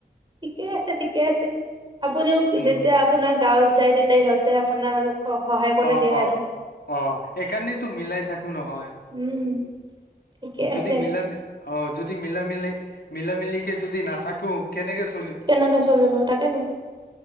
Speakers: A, on the right; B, on the left.
A: ঠিকে আছে। কে আছে আপুনিও
B: উম
A: যেতিয়া আপোনাৰ গাঁৱত যাই তেতিয়া সিহঁতে আপোনাক <inaudible> কৰি
B: অ'-অ'-অ'
A: দিয়ে আৰু
B: সেইকাৰণেতো মিলাই থাকো নহয়,
A: উম ঠিকে আছে
B: যদি মিলা- মি অ' যদি মি-মিলা-মিলিকে যদি নাথাকো কেনেকে চলি
A: কেনেকে চলিব। তাকেতো